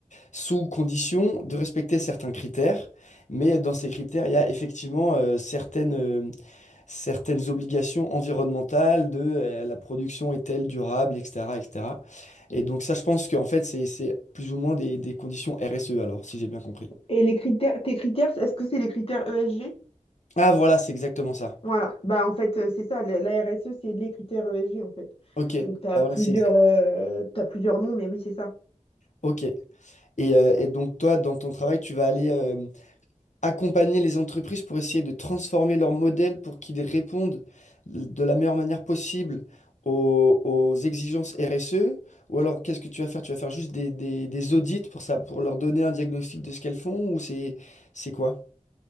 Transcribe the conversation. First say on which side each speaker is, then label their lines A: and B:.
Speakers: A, on the left; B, on the left.
A: sous condition de respecter certains critères. Mais dans ces critères, il y a effectivement euh, certaines, euh, certaines obligations environnementales de euh, la production est-elle durable, etc., etc. Et cetera. Et donc ça, je pense qu'en fait, c'est, c'est plus ou moins des, des conditions RSE, alors, si j'ai bien compris.
B: Et les critères, tes critères, est-ce que c'est les critères ESG?
A: Ah voilà, c'est exactement ça.
B: Voilà, bah en fait, euh, c'est ça, la la RSE, c'est les critères ESG en fait.
A: Ok.
B: Donc tu as
A: Ah,
B: plusieurs,
A: voilà, c'est exact.
B: euh, t'as plusieurs noms, mais oui, c'est ça.
A: Ok. Et, euh, et donc toi, dans ton travail, tu vas aller, euh, accompagner les entreprises pour essayer de transformer leur modèle pour qu'ils répondent de la meilleure manière possible aux, aux exigences RSE? Ou alors, qu'est-ce que tu vas faire? Tu vas faire juste des, des- des audits pour ça, pour leur donner un diagnostic de ce qu'elles font ou c'est, c'est quoi?